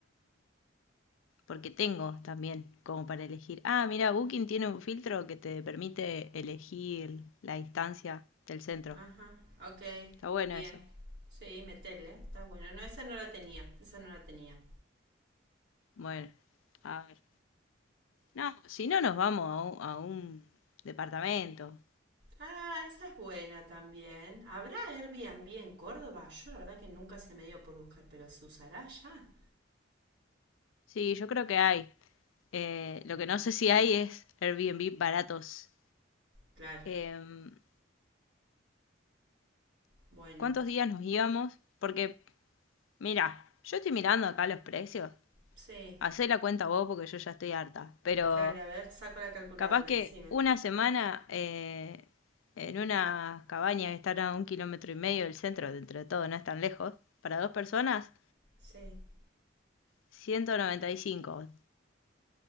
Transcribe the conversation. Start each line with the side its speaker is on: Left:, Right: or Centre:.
Left: porque tengo también como para elegir. Ah, mira, Booking tiene un filtro que te permite elegir la distancia del centro.
Right: Ajá, ok,
Left: Está bueno
Right: bien.
Left: eso.
Right: Sí, metele, está bueno. No, esa no la tenía, esa no la tenía.
Left: Bueno, a ver. No, si no nos vamos a un, a un departamento.
Right: Ah, esa es buena también. ¿Habrá Airbnb en Córdoba? Yo la verdad que nunca se me dio por buscar, pero ¿se usará ya?
Left: Sí, yo creo que hay. Eh, lo que no sé si hay es Airbnb baratos.
Right: Claro,
Left: Em,
Right: bueno,
Left: ¿cuántos días nos íbamos? Porque, mira, yo estoy mirando acá los precios.
Right: sí.
Left: Hacé la cuenta vos porque yo ya estoy harta. Pero
Right: Dale, a ver, saco la calculadora,
Left: capaz que
Right: decime.
Left: una semana eh, en una cabaña que está a un kilómetro y medio del centro, dentro de todo, no es tan lejos, para dos personas,
Right: Sí.
Left: 195.